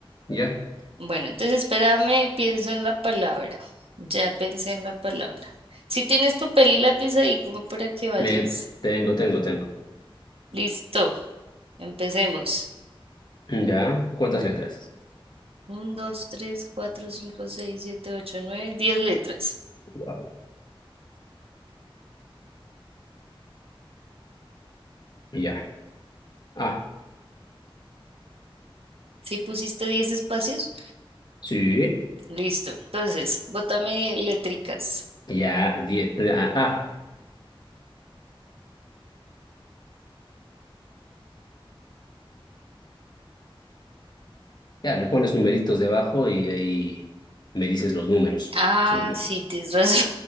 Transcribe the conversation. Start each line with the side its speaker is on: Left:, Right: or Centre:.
Left: ¿ya?
Right: Bueno, entonces espérame, pienso en la palabra. Ya pensé en la palabra. Si tienes papel y lápiz ahí, como para que vayas.
Left: Met, tengo, tengo, tengo.
Right: Listo, empecemos.
Left: ¿Ya? ¿Cuántas letras?
Right: Uno, dos, tres, cuatro, cinco, seis, siete, ocho, nueve, diez letras.
Left: Wow. Ya. Ah,
Right: Si pusiste diez espacios?
Left: sí.
Right: Listo. Entonces, bótame letricas.
Left: Ya, diez ah, ah, ya le pones numeritos debajo y ahí me dices los números,
Right: Ah,
Left: simple.
Right: sí, tienes razón.